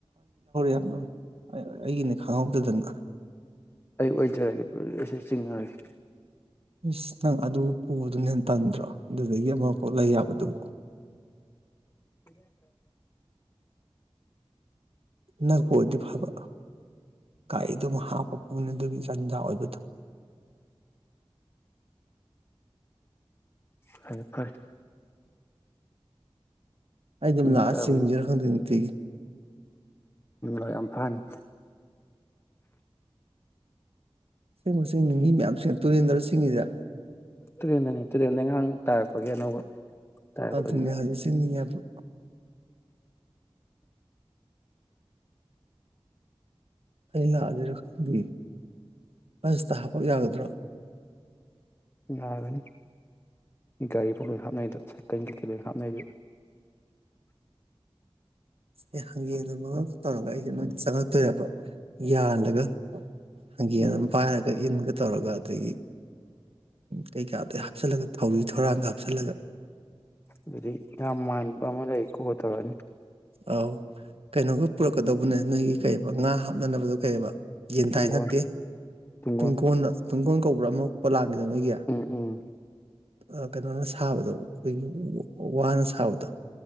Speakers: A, on the right; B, on the left.
A: ꯌꯥꯝꯅ ꯑꯩꯒꯤꯅꯦ ꯈꯪꯍꯧꯗꯗꯅ
B: ꯑꯣꯏꯖꯔꯒꯦ ꯑꯩ ꯆꯤꯡꯅꯔꯒꯦ
A: ꯏꯁꯁ ꯅꯪ ꯑꯗꯨ ꯄꯨꯕꯗꯨꯅ ꯍꯦꯟ ꯇꯟꯗ꯭ꯔꯣ ꯑꯗꯨꯗꯒꯤ ꯑꯃ ꯀꯣꯛ ꯂꯩ ꯌꯥꯕꯗꯨꯕꯨ
B: ꯎ <inaudible>
A: ꯅꯛꯄ ꯑꯣꯏꯗꯤ ꯐꯕ ꯒꯥꯔꯤꯗꯨ ꯑꯃꯛ ꯍꯥꯞꯄ ꯄꯨꯅꯦ ꯑꯗꯨꯒꯤ ꯆꯟꯖꯥ ꯑꯣꯏꯕꯗꯣ
B: ꯐꯔꯦ ꯐꯔꯦ
A: ꯑꯩ ꯑꯗꯨꯝ
B: ꯅꯣꯡ
A: ꯂꯥꯛꯑꯒ
B: ꯇꯥꯕꯅꯤꯅ
A: ꯆꯤꯡꯖꯤꯔ ꯈꯪꯗꯦ ꯅꯨꯡꯇꯤꯒꯤ
B: ꯎ ꯌꯥꯝ ꯐꯅꯤ
A: ꯑꯁꯦꯡꯕ ꯆꯤꯡꯅꯤꯡꯏ ꯃꯤ ꯃꯌꯥꯝꯁꯦ ꯇꯨꯔꯦꯟꯗꯥꯔ ꯆꯤꯡꯉꯤꯁꯦ
B: ꯇꯨꯔꯦꯟꯗꯅꯤ ꯇꯨꯔꯦꯟ ꯂꯩꯉꯥꯡ ꯇꯥꯔꯛꯄꯒꯤ ꯑꯅꯧꯕ ꯇꯥꯔꯛꯄꯒꯤ
A: ꯑꯗꯨꯅꯦ ꯍꯥꯏꯁꯦ ꯆꯤꯡꯅꯤꯡꯉꯦ ꯍꯥꯏꯕ ꯑꯩ ꯂꯥꯛꯑꯖꯤꯔ ꯈꯪꯗꯤꯌꯦ ꯕꯁꯇ ꯍꯥꯞꯄꯛ ꯌꯥꯒꯗ꯭ꯔꯥ
B: ꯌꯥꯒꯅꯤ ꯒꯥꯔꯤ ꯐꯥꯎ ꯂꯣꯏ ꯍꯥꯞꯅꯩꯗ ꯁꯥꯏꯀꯜ ꯀꯀꯩ ꯂꯣꯏ ꯍꯥꯞꯅꯩꯗ
A: ꯑꯦ ꯍꯪꯒꯦꯅ ꯑꯃꯒ ꯇꯧꯔꯒ ꯑꯩꯁꯦ ꯅꯣꯏ ꯆꯪꯉꯛꯇꯔꯦꯕ ꯌꯥꯜꯂꯒ ꯍꯪꯒꯦꯟ
B: ꯎꯝ
A: ꯑꯝ ꯄꯥꯏꯔꯒ ꯏꯟꯒ ꯇꯧꯔꯒ ꯑꯗꯒꯤ ꯀꯩꯀꯥꯗꯩ ꯍꯥꯞꯆꯤꯜꯂꯒ ꯊꯧꯔꯤ ꯊꯧꯔꯥꯡꯒ ꯍꯥꯞꯆꯜꯂꯒ
B: ꯑꯗꯨꯗꯒꯤ ꯌꯥꯝ ꯃꯥꯟꯕ ꯑꯃ ꯂꯩꯀꯣ ꯇꯧꯔꯛꯑꯅꯤ
A: ꯑꯧ ꯀꯩꯅꯣꯒ ꯄꯨꯔꯛꯀꯗꯧꯕꯅꯦ ꯅꯣꯏꯒꯤ ꯀꯩꯑꯦꯕ ꯉꯥ ꯍꯥꯞꯅꯅꯕꯗꯣ ꯀꯩꯕ ꯌꯦꯟꯗꯥꯏ
B: ꯇꯨꯡꯒꯣꯟ
A: ꯅꯠꯇꯦ
B: ꯇꯨꯡꯒꯣꯟ
A: ꯇꯨꯡ ꯀꯣꯟꯅ ꯇꯨꯡꯒꯣꯟ ꯀꯧꯕ꯭ꯔ ꯑꯃ ꯄꯣꯂꯥꯡ <unintelligible>
B: ꯎꯝ ꯎꯝ
A: ꯑꯥ ꯀꯩꯅꯣꯅ ꯁꯥꯕꯗꯣ ꯑꯩꯈꯣꯏꯒꯤ ꯋ ꯋꯥꯅ ꯁꯥꯕꯗꯣ